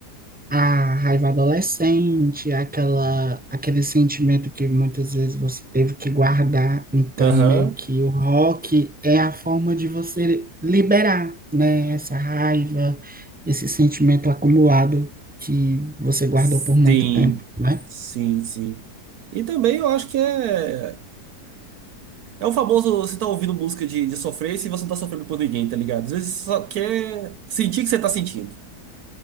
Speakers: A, in the centre; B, on the right.
A: A raiva adolescente, aquela, aquele sentimento que muitas vezes você teve que guardar. Então,
B: Aham.
A: meio que o rock é a forma de você liberar, né? Essa raiva, esse sentimento acumulado que você guardou
B: Sim.
A: por muito tempo, né?
B: Sim, sim. E também eu acho que é é o famoso você tá ouvindo música de, de sofrer e você não tá sofrendo por ninguém, tá ligado? Às vezes você só quer sentir o que você tá sentindo,